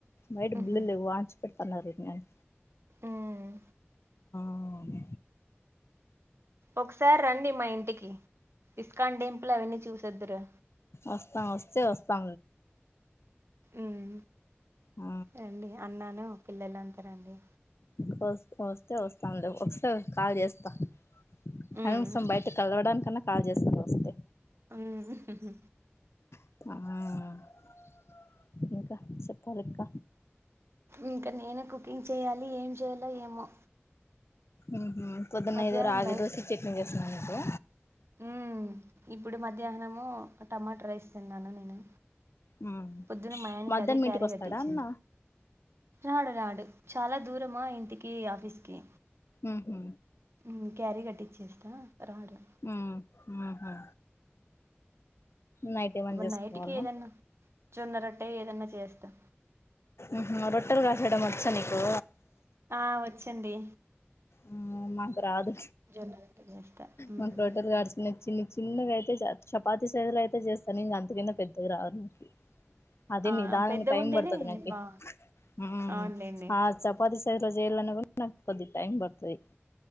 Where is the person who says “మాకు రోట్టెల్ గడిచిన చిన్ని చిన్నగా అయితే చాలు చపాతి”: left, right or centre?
Left